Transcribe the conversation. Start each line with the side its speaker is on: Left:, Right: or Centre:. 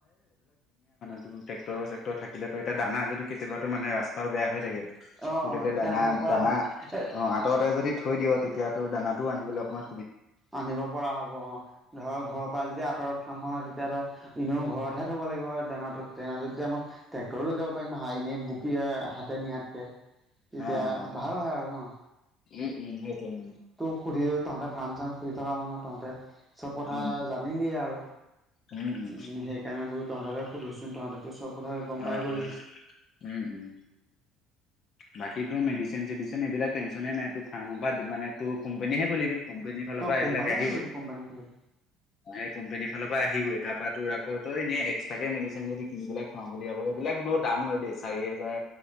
Left: ট্ৰেক্ট্ৰৰ চেক্ট্ৰৰ থাকিলে এয়া দানা যদি কেতিবাতো মানে ৰাস্তাও বয়া হৈ থাকে। <unintelligible>
Centre: অ
Left: ত তেতিয়া দানা
Centre: আনিব পৰা
Left: দানা
Centre: হয় এ
Left: অ আঁতৰতে যদি থৈ দিয় তেতিয়া তো দানাত। টো আনিবলে অকমান।
Centre: আনিব পৰা হ'ব অ ধৰ ঘৰৰ পৰা যদি আঁতৰত ফাম। তেতিয়া ধৰ এনেও ঘৰতহে থ'ব লাগিব দানাটোত দানাটো তেতিয়া মই ট্ৰেক্টৰ লৈ যাব পাৰিম নহা এনেই। বকি হাতে নিয়াতকে তেতিয়া
Left: অ', অ',
Centre: ভাল হয় আৰু ন। <unintelligible>
Left: উম উম সেইটোৱে <unintelligible>
Centre: সুধি তহঁতে ফাৰ্ম চাৰ্ম খুলি থকা মানুহ তহঁতে। চব কথা
Left: উম,
Centre: জানিলে আৰু
Left: উম, উম, উম,
Centre: উ সেইকাৰণে বোলু। <unintelligible> তহঁতক সোধোচোন তহঁতে চব। <unintelligible> কথা গম পাই
Left: অ',
Centre: গ'লি।
Left: অ', উম, উম। বাকী তো মেডিচিন চেডিচিন এইবিলাক টেনচনে নাই ত ফাৰ্মৰ পৰা মানে টো। কোম্পানীহে খোলিবি কোম্পানীৰ ফালৰ
Centre: অ
Left: পৰা
Centre: কোম্পানীয়ে
Left: এইবিলাক আহিবই।
Centre: খুলিম কোম্পানী খুলিম
Left: <unintelligible> এ কোম্পানীৰ ফালৰ পৰা আহিব ই তাৰ পৰা তোৰ আকৌ তই এনে এক্সট্ৰাকে মেদেচিন যদি। কিনি পেলাক খুৱাম বুলি ভাব এইবিলাক বৰ দাম লয় দেই চাৰি হোজাৰ